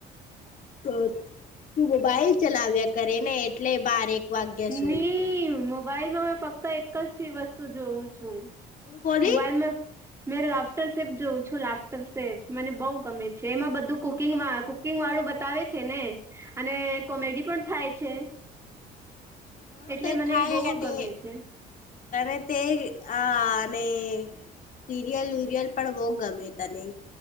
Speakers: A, on the left; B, on the right.
A: તો તું મોબાઈલ ચલાવ્યા કરે ને એટલે બારેક વાગ્યા સુઈ
B: નઈ
A: તું
B: મોબાઈલમાં મે ફક્ત એક જ વસ્તુ જોઉ છું
A: હું બોલી
B: મોબાઈલમાં મેં લાફ્ટર સેપ જોઉં છું લાફ્ટર સેપ મને બઉ ગમે છે એમાં બધું કુકિંગમાં આવે કુક કુકિંગ વાળું બતાવે છે ને અને કોમેડી પણ થાય છે
A: હા
B: એટલે
A: તે
B: મને
A: થાય
B: એ બહુ
A: અને
B: ગમે છે
A: અને તે અ અને સીરિયલ વીરિયલ પણ બહુ ગમે તને